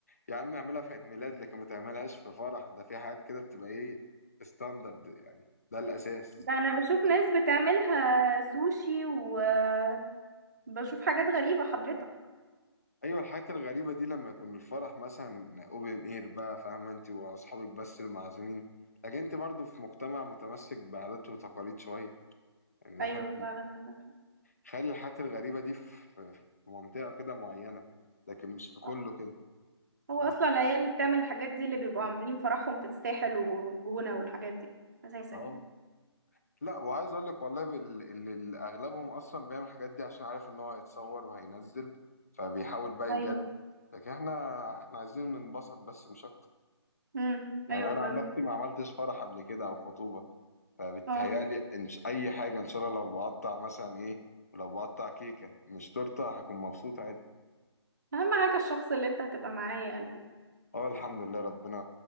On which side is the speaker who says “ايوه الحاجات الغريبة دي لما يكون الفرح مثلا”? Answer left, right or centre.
Left